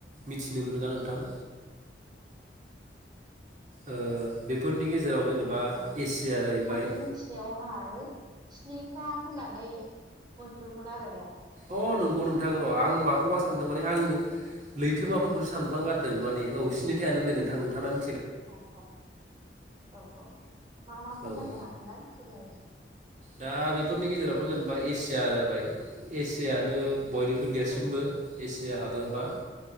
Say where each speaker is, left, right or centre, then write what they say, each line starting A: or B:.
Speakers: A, on the right (about 45°); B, on the right (about 25°).
A: मिथिनो मोनो ना नोंथां ओ बेफोरनि गेजेराव जेनेबा
B: औ
A: एसिया
B: आं
A: जाहैबाय
B: माने मिथिनायावहाय स्निथा होननानै मोनदोंमोन आरो ने
A: अ नंगौ नोंथां र' आं माखौबा सानदों माने आङो लैथोमाफोरखौसो सानफ्लां गारदों माने औ सिनि थायानो दे नोंथां नोंथांना
B: अ औ औ औ मा मा फोरमायनो
A: औ
B: हागोन ना फोरमाय
A: दा बेफोरनि गेजेराव जेनेबा एसिया जाबाय एसियानो बयनिख्रुइ देरसिनबो
B: औ
A: एसिया हादरमा